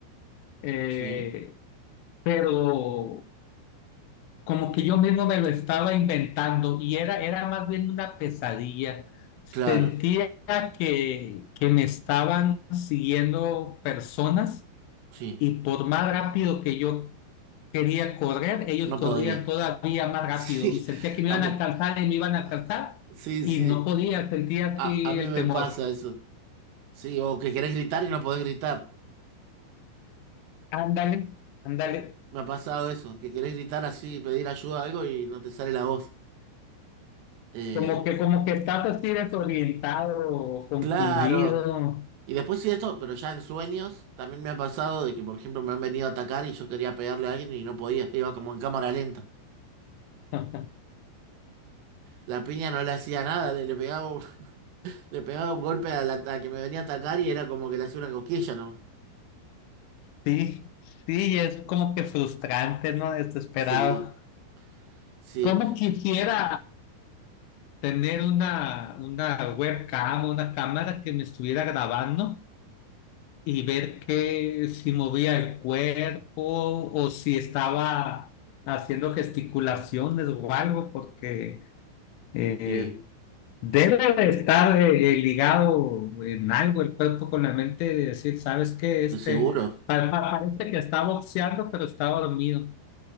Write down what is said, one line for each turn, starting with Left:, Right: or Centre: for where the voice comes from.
Left: eh,
Right: Sí.
Left: pero como que yo mismo me lo estaba inventando y era, era más bien una pesadilla.
Right: Claro,
Left: Sentía que, que me estaban siguiendo personas
Right: sí.
Left: y por más rápido que yo quería correr, ellos
Right: No
Left: corrían
Right: podía.
Left: todavía
Right: <laughs>
Left: más rápido
Right: Sí,
Left: y sentía que me
Right: a
Left: iban
Right: mí.
Left: a alcanzar y me iban a
Right: a-
Left: alcanzar
Right: Sí,
Left: y
Right: sí.
Left: no podía, sentía
Right: A,
Left: así
Right: a mí
Left: el
Right: me
Left: temor.
Right: pasa eso. Sí, o que querés gritar y no podés gritar.
Left: Ándale, ándale.
Right: Me ha pasado eso, que querés gritar así, pedir ayuda a algo y no te sale la voz. Eh,
Left: Como que, como que estás así desorientado, confundido.
Right: claro. Y después sí esto, pero ya en sueños también me ha pasado de que, por ejemplo, me han venido a atacar y yo quería pegarle a alguien y no podía. Iba como en cámara lenta.
Left: <laughs>
Right: La piña no le hacía nada, le, le pegaba, un- <laughs> le pegaba un golpe a la a que me venía a atacar y era como que le hacía una cosquilla, ¿no?
Left: Sí, sí, es como que frustrante, ¿no? Desesperado.
Right: Sí, sí,
Left: ¿Cómo quisiera tener una, una webcam, una cámara que me estuviera grabando y ver que si movía el cuerpo o si estaba haciendo gesticulaciones o algo? Porque eh,
Right: sí,
Left: debe de estar eh, eh, ligado en algo el cuerpo con la mente, de decir, ¿sabes qué? Este
Right: de seguro.
Left: pa- pa- parece que está boxeando, pero está dormido.